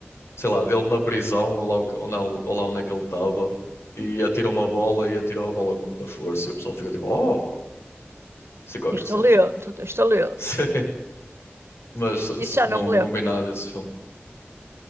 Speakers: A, on the left; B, on the right.
A: sei lá, dele na prisão, ou lá, o que- ou na- ou lá onde é que ele estava, e atira uma bola e atira a bola com muita força, e o pessoal fica tipo, oh, sei qualquer
B: estou
A: cena.
B: lendo, estou lendo.
A: <laughs> Sim, mas se-
B: Isso
A: se-
B: já
A: não,
B: não me lembro.
A: não vi nada desse filme.